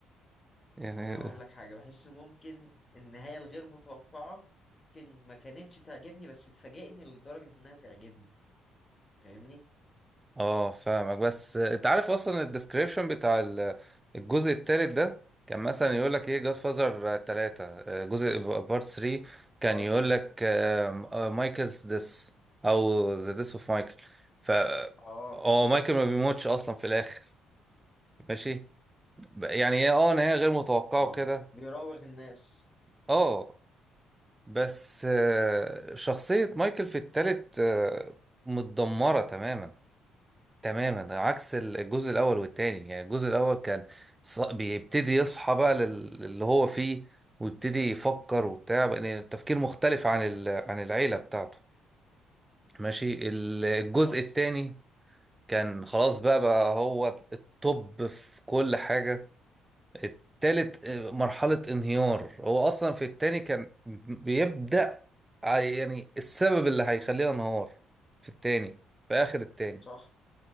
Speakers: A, on the right (about 15°); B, on the left (about 30°).
A: يعني
B: ما انا اقول لك حاجه بحس ممكن النهايه الغير متوقعه ممكن ما كانتش تعجبني بس تفاجئني لدرجه انها تعجبني فاهمني
A: اه فاهمك بس انت عارف اصلا الديسكريبشن بتاع ال- الجزء التالت ده كان مثلا يقول لك ايه جاد فازر 3 جزء بارت 3 كان
B: اه
A: يقول لك مايكلز ديس او ذا ديس اوف مايكل ف
B: اه
A: اه مايكل ما بيموتش اصلا في الاخر ماشي ب- يعني هي اه نهايه غير متوقعه
B: اه
A: وكده
B: ب- بيراوغ الناس
A: اه بس آه، شخصيه مايكل في التالت آه، متدمره تماما تماما ده عكس الجزء الاول والتاني يعني الجزء الاول كان ص- بيبتدي يصحى بقى لل- اللي هو فيه ويبتدي يفكر وبتاع بقى يعني التفكير مختلف عن ال- عن العيلة بتاعته ماشي ال- الجزء
B: صح
A: التاني كان خلاص بقى بقى هو الطب في كل حاجة التالت آه، مرحلة انهيار هو اصلا في التاني كان بيبدأ ع- يعني السبب اللي هيخلينا انهار في التاني في اخر التاني
B: صح